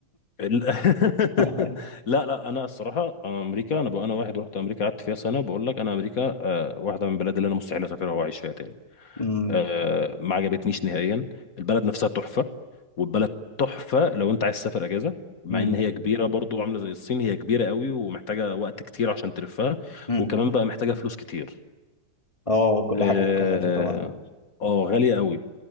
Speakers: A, on the left; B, on the left.
A: ال- <laughs>
B: <laughs>
A: لا لا انا الصراحه انا امريكا انا بقى انا واحد رحت امريكا قعدت فيها سنه بقول لك انا امريكا أه، واحده من البلاد اللي انا مستحيل اسافرها واعيش فيها تاني
B: أمم،
A: آه، ما عجبتنيش نهائيا البلد نفسها تحفة والبلد تحفة لو انت عايز تسافر اجازة مع
B: أمم،
A: ان هي كبيرة برضو عاملة زي الصين هي كبيرة قوي ومحتاجة وقت كتير عشان تلفها
B: أمم.
A: وكمان بقى محتاجة فلوس كتير
B: <laughs> آه كل
A: اه
B: حاجة مكلفة طبعا
A: آه، غالية قوي